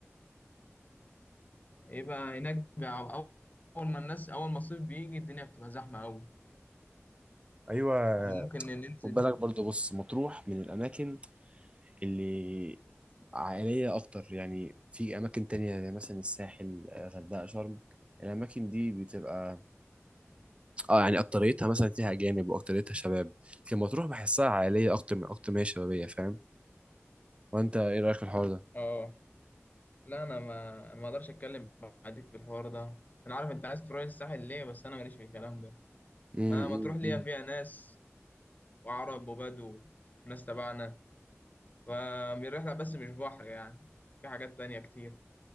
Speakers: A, on the left; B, on the right.
A: يبقى هناك بقى اول ما الناس اول ما الصيف بيجي الدنيا بتبقى زحمة قوي
B: ايوه
A: يعني ممكن ننزل
B: خد بالك برضو بص مطروح من الاماكن اللي عائلية أكتر يعني في أماكن تانية زي مثلا الساحل آه، غردقة شرم الأماكن دي بتبقى اه يعني أكتريتها مثلا فيها أجانب وأكتريتها شباب لكن مطروح بحسها عائلية أكتر من أكتر ما هي شبابية فاهم وأنت إيه رأيك في الحوار ده؟
A: اه لا انا ما أنا ما اقدرش اتكلم معاك في الحوار ده انا عارف انت عايز تروح الساحل ليه بس انا ماليش في الكلام ده
B: امم
A: ما ما تروح ليها
B: امم
A: فيها ناس وعرب وبدو وناس تبعنا فالرحله بس مش بحر يعني في حاجات تانية كتير